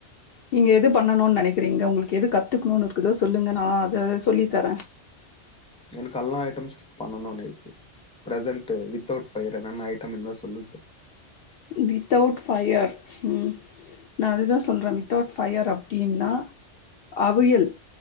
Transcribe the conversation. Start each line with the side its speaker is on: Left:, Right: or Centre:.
Left: நீங்க எது பண்ணணுன் நெனக்கிறீங்க உங்களுக்கு எது கத்துக்குணுனு இருக்குது சொல்லுங்க நான் அத சொல்லி தர ஆ
Centre: எனக்கு அல்லா ஐட்டம்ஸ் பண்ணனுனு இருக்கு ப்ரசன்ட் வித்தவுட் ஃபயர் என்னன்ன ஐட்டம் இருந்தா சொல்லுங்க
Left: வித்தவுட் ஃபயர் ம் நா அதுதா சொல்ற வித்தவுட் ஃபயர் அப்டின்னா அவியல்